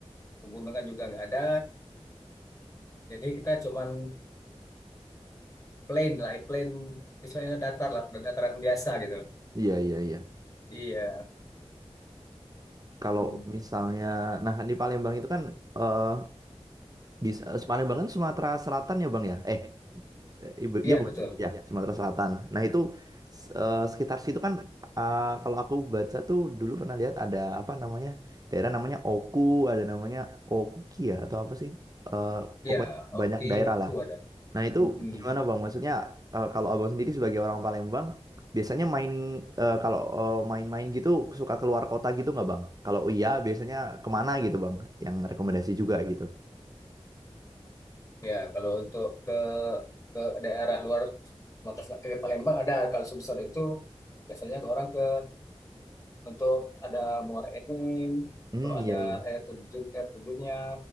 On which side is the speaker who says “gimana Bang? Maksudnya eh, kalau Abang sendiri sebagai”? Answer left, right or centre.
Right